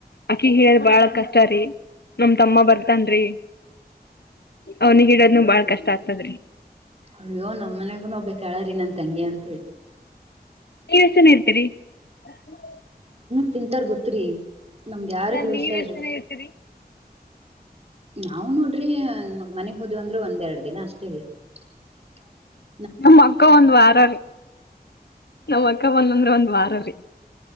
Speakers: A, on the left (about 85°); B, on the right (about 40°).
A: ಅಕ್ಕಿ, ಹೇಳದ ಬಾಳ ಕಷ್ಟರೀ. <inaudible> ನಮ, ತಮ್ಮ ಬರ್ತನ್ರಿ! ಅವನಿಗಿಡೋದ್ನ ಬಾಳ ಕಷ್ಟ ಆಗ್ತದ್ರಿ? <inaudible>
B: ಅಯ್ಯೋ, ನಮ್ಮ ಮನೆಗೂ,, ಹೋಗ್ಬೇಕಕ್ ಹೇಳ್ರೀ ನನ್ ತಂಗಿ ಅಂತ ಹೇಳಿ? <inaudible>
A: ನೀವುಯೆಸ್ತುಧಿನಾರುತೀರಿ? <inaudible>
B: ಕುಂತಾರು, ಗೊತ್ರಿ ನಮಗೆ ಯಾರಿಗ್
A: ಅಲ್ಲ
B: ಉಳ್ಸಲ್ರಿ.
A: ನೀವ್ ಎಷ್ಟ್ ಜನ
B: <inaudible>
A: ಇರ್ತೀರಿ
B: ನಾವವು, ನೋಡ್ರಿ, ಮನೆಗ್ ಹೋದ್ ಅಂದ್ರು ಒಂದು, ಎರಡ್ ದಿನ ಅಸ್ತೇವಿ? <inaudible>
A: ನಮ್ಮ್, ಅಕ್ಕ ಒಂದ್ ವಾರ ರೀ! ನಮ್ಮ ಅಕ್ಕ ಒಂದಂದ್ರೆ, ಒಂದ್. <inaudible> ವಾರರಿ? <inaudible>